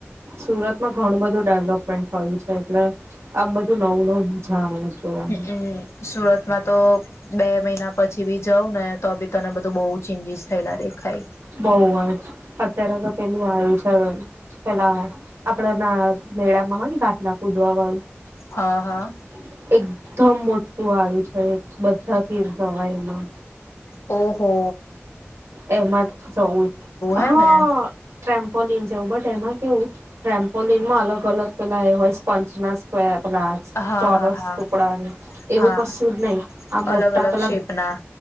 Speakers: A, on the right (about 75°); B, on the left (about 75°).
A: સુરત માં ઘણું બધું ડેવલપમેન્ટ થયું છે એટલે આમ બધું નવું નવું મજા આવે જોવાનું
B: હમ્મ અ સુરતમાં તો બે મહિના પછી બી જઉં ને તો બી તને બધું બહુ ચેન્જીસ થયેલા દેખાય.
A: બઉ જ અત્યારે તો પેલું આવ્યું છે. પેલા આપડા ના મેળામાં હોય ને ઘાતલા કુ. <unintelligible>
B: હા હા
A: એકધમ મોટું આવ્યું છે, બધાથી જવાય એમાં.
B: ઓહ હો!
A: એમાં જવું હા
B: હે ને
A: ટ્રેમ્પોલન જેવું બટ એમાં કેવું ટ્રેમ્પોલનમાં અલગ અલગ પેલા હોય, સ્પંચ ના સ્કવેર પેલા,
B: હા
A: ચોરસ
B: હા હા
A: ટુકડા એવું
B: હા
A: કશું જ નહીં. આ મોટા
B: અલગ અલગ
A: પેલા
B: શેપ ના